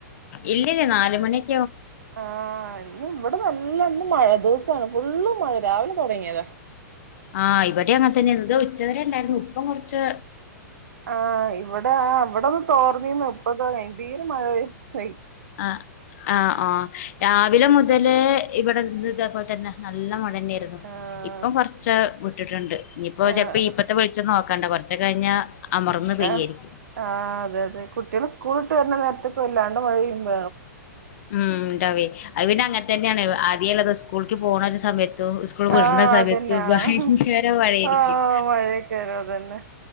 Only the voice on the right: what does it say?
ആ ഇ ഇവിടെ നല്ലന്ന് മഴ ദിവസമാണ് ഫുള്ള് മഴ രാവിലെ തുടങ്ങിയതാ
ആ ഇവിടെ ഇവിടെൊന്ന് തോർന്നീന്ന് ഇപ്പത എന്തീര മഴ പ
ആഹ്
ആഹ്
ആ ആ അതെ അതെ കുട്ടികൾ സ്കൂളിട്ട് വരുന്ന നേരത്തേക്ക വല്ലാണ്ട് വഴുമ്പ
ആഹ്
അതന്നെ ആഹ്
ആഹ് മഴയൊക്കെവരും അതന്നെ